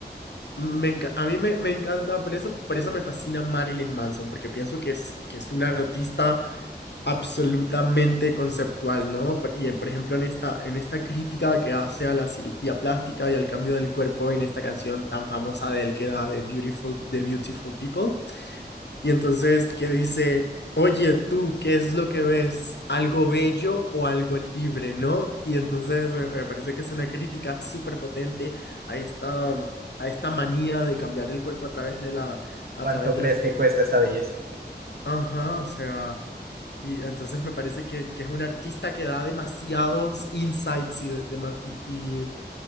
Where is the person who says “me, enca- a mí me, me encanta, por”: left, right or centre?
Left